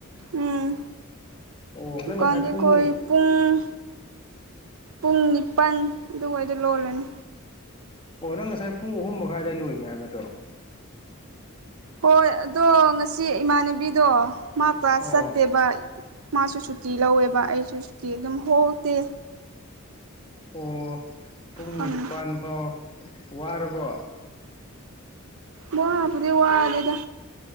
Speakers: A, on the right; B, on the left.
A: ꯎꯝ
B: ꯑꯣ
A: ꯗꯨꯀꯥꯟꯗꯤ
B: ꯅꯪ ꯉꯁꯥꯏ ꯄꯨꯡ
A: ꯈꯣꯏ ꯄꯨꯡ ꯄꯨꯡ ꯄꯟ ꯑꯗꯨ ꯑꯣꯏ ꯗꯥꯂꯣꯜꯂꯅꯤ
B: ꯑꯣ ꯅꯪ ꯉꯁꯥꯏ ꯄꯨꯡ ꯑꯍꯨꯝ ꯃꯈꯥꯏꯋꯥꯏ ꯂꯣꯏꯅꯦ ꯍꯥꯏꯕꯗꯣ
A: ꯍꯣꯏ ꯑꯗꯣ ꯉꯁꯤ ꯏꯃꯥꯟꯅꯕꯤꯗꯣ ꯃꯥ ꯀ꯭ꯂꯥꯁ
B: ꯑꯣ
A: ꯆꯠꯇꯦꯕ ꯃꯥꯁꯨ ꯁꯨꯇꯤ ꯂꯧꯋꯦꯕꯥ ꯑꯩꯁꯨ ꯁꯨꯇꯤ ꯑꯗꯨꯝ ꯍꯣꯡꯗꯦ
B: ꯑꯣ ꯄꯨꯡ
A: ꯐꯝꯃꯤ
B: ꯅꯤꯄꯜ ꯐꯥꯎ ꯑꯁ ꯋꯥꯔꯕꯣ
A: ꯕꯄꯗꯤ ꯋꯥꯗꯗ